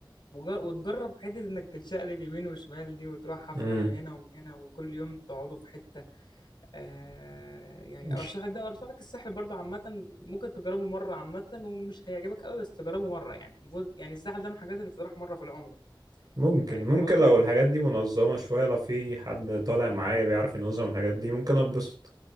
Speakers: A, on the left; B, on the right.
A: وج- وتجرب حتة إنك تتشقلب يمين وشمال دي وتروح حفلة
B: امم
A: من هنا ومن هنا وكل يوم تقعدوا في حتة آه يعني
B: مش-
A: أرشح لك ده أرشح لك الساحل برضه عامة ممكن تجربه مرة عامة ومش هيعجبك قوي بس تجربه مرة يعني المفروض- يعني الساحل ده من الحاجات اللي تروح مرة في العمر
B: ممكن
A: يعني فاهم
B: ممكن
A: قصدي؟
B: لو الحاجات دي منظمة شوية لو في حد طالع معايا بيعرف ينظم الحاجات دي ممكن اتبسط